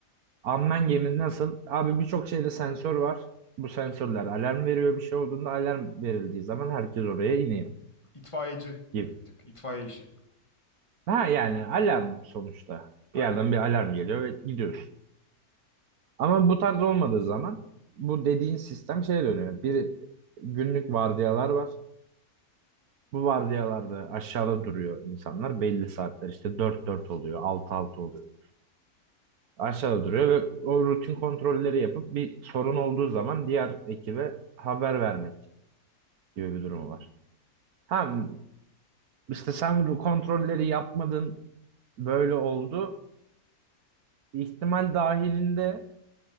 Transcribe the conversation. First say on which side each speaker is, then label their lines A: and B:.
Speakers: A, on the right (about 75°); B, on the left (about 20°).
A: Unmanned gemi nasıl? Abi birçok şeyde sensör var. Bu sensörler alarm veriyor bir şey olduğunda alarm verildiği zaman herkes oraya iniyor
B: İtfaiyeci gibi
A: gibi.
B: bir tık. İtfaiye işi.
A: Ha yani alarm sonuçta.
B: Aynen.
A: Bir yerden bir alarm geliyor ve gidiyorsun. Ama bu tarz olmadığı zaman bu dediğin sistem şeye dönüyor. Bir günlük vardiyalar var. Bu vardiyalarda aşağıda duruyor insanlar belli saatler. İşte dört dört oluyor, altı altı oluyor. aşağıda duruyor ve o rutin kontrolleri yapıp bir sorun olduğu zaman diğer ekibe haber vermek gibi bir durum var. Ha işte sen bu kontrolleri yapmadın böyle oldu. İhtimal dahilinde